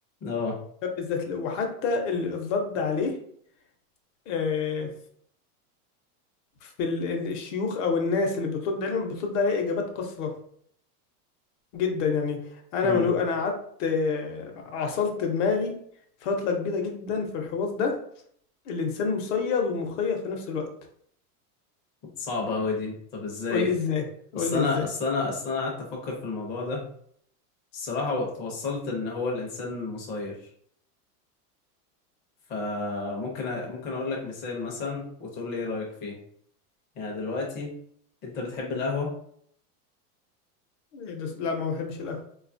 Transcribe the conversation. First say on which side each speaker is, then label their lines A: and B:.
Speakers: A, on the left (about 20°); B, on the left (about 50°).
A: اه
B: بالذات وحتى ال- الرد عليه آه، في ال- ال- الشيوخ او الناس اللي بترد عليهم بترد عليه اجابات قصيره جدا يعني انا
A: امم
B: من انا قعدت آه، عصلت دماغي فتره كبيره جدا في الحوار ده الانسان مسير ومخير في نفس الوقت
A: صعبة أوي دي طب إزاي؟
B: قول لي ازاي قول
A: أصل
B: لي
A: أنا
B: ازاي
A: أصل أنا أصل أنا قعدت أفكر في الموضوع ده الصراحة توصلت إن هو الإنسان مسير فممكن أ- ممكن أقول لك مثال مثلا وتقول لي إيه رأيك فيه؟ يعني دلوقتي أنت بتحب القهوة
B: إيه ده لا ما بحبش القهوة